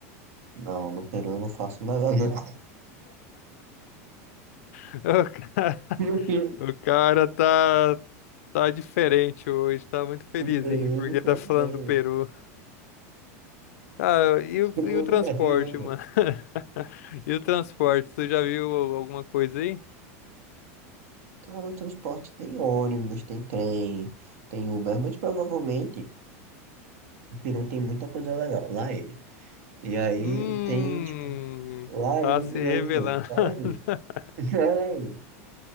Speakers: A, on the right (about 65°); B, on the left (about 70°).
A: Não, no Peru eu não faço nada, não.
B: <laughs> O cara,
A: <laughs>
B: o cara tá, tá diferente hoje, tá muito felizinho,
A: No Peru
B: porque
A: eu não faço
B: tá falando
A: nada,
B: do Peru. Ah, e o,
A: Não,
B: e o
A: não,
B: transporte,
A: não, não.
B: mano? <laughs> E o transporte, tu já viu alguma coisa aí?
A: Cara, no transporte tem ônibus, tem trem, tem Uber. Muito provavelmente o Peru tem muita coisa legal. Lá ele. E aí
B: Hum,
A: tem, tipo, lá
B: tá
A: ele
B: se
A: milhões
B: revelando.
A: de vezes. Para
B: <laughs>
A: aí, <laughs> para aí.